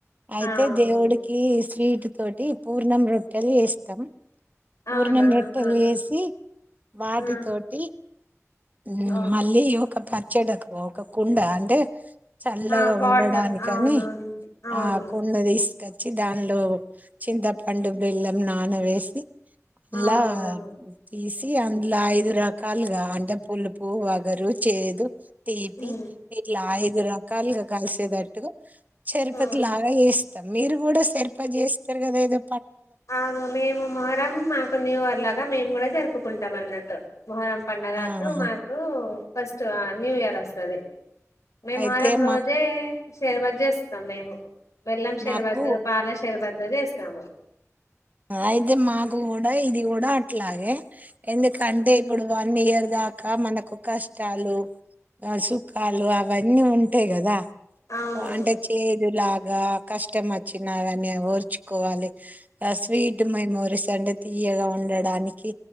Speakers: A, on the right; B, on the left.
A: అయితే
B: అవును
A: దేవుడికి స్వీట్ తోటి పూర్ణం రొట్టెలు ఏస్ తం పూర్ణం
B: అవునా
A: రొట్టెలు
B: ఆహా.
A: చేసి వాటితోటి
B: ఆ
A: ఉమ్మ్
B: ఆ
A: మళ్ళీ ఒక పచ్చడకు పో ఒక కుండ అంటే చల్లగా
B: ఆ, పాట్
A: ఉండడాని
B: అవునవును
A: అని
B: అవును
A: ఆ కుండ తీసు తెచ్చి దానిలో చింతపండు బెల్లం నాన వేసి అలా
B: అవునవును
A: తీసి అందులో ఐదు రకాలుగా అంటే పులుపు వగరు చేదు తీపి
B: ఉమ్,
A: ఇట్లా ఆయిదురకా కాల్గా కలిసెద ట్టు చరిపతి
B: ఆ,
A: లాగా వేస్ మీరు కూడా సరిప చేస్త గ దేదొ
B: అను మేము మొహరం మాకు న్యూ ఇర్ లాగా మేము కూడా జరుపుకుంటాం అన్నట్టు మొహరం పండగకు
A: ఆహా
B: మాకు ఫస్ట్ ఆ న్యూ ఇయర్ వస్తది మేం
A: అయితే
B: మారం రోజే
A: మా
B: షేర్బత్ జేస్తాం మేము బెల్లం షర్బత్
A: మాకు
B: పాల షర్బత్ అదేస్తాము
A: అయితే మాకు కూడా ఇది కూడా అ లాగే ఎందు కంటే ఇప్పుడు వన్ ఇయర్ దాకా మనకు కష్టాలు సుఖాలు అవన్నీ ఉంటాయి కదా
B: అవును
A: అంటే చేదు లాగా గా కష్టం వచ్చిన అవన్ని ఓర్చుకోవాలి ఆ స్వీట్ మెమోరీస్ అంటే తీయగా ఉండడానికి